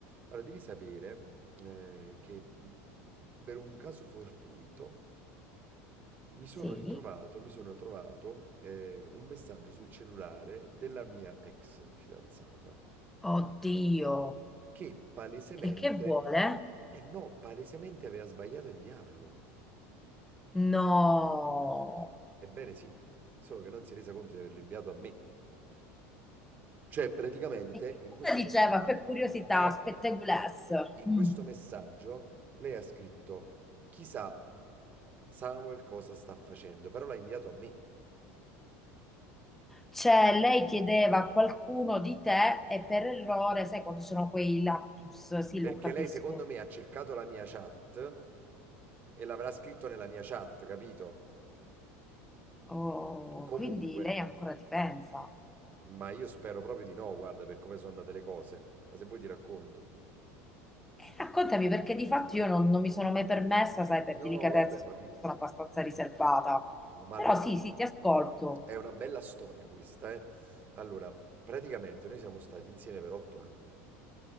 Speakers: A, on the right; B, in the centre.
A: Allora, devi sapere eh, che mh, per un caso fortuito mi sono
B: sì.
A: ritrovato, mi sono trovato eh, un messaggio sul cellulare della mia ex fidanzata
B: Oddio.
A: che palesemente,
B: E che vuole?
A: eh no, palesemente aveva sbagliato a inviarlo.
B: No.
A: Ebbene sì, solo che non si è resa conto di averlo inviato a me. Cioè, praticamente
B: E che
A: in
B: cosa
A: questo
B: diceva?
A: messaggio,
B: Per curiosità,
A: eh,
B: spetteguless.
A: in
B: Mm.
A: questo messaggio lei ha scritto: Chissà Samuel cosa sta facendo, però l'ha inviato a me.
B: Cioè, lei chiedeva a qualcuno di te e per errore, sai quando sono quei lapsus? Sì,
A: Perché
B: lo capisco.
A: lei, secondo me, ha cercato la mia chat e l'avrà scritto nella mia chat, capito?
B: Oh,
A: Comunque,
B: quindi lei ancora ti pensa.
A: ma io spero proprio di no, guarda, per come sono andate le cose. Ma se vuoi ti racconto.
B: E raccontami perché di fatto io non, non mi sono mai permessa, sai,
A: No,
B: per delicatezza,
A: vabbè,
B: sono
A: ma figurati.
B: una persona abbastanza riservata.
A: No, ma
B: Però
A: allora,
B: sì, sì, ti ascolto.
A: è una bella storia questa, eh. Allora, praticamente noi siamo stati insieme per otto anni.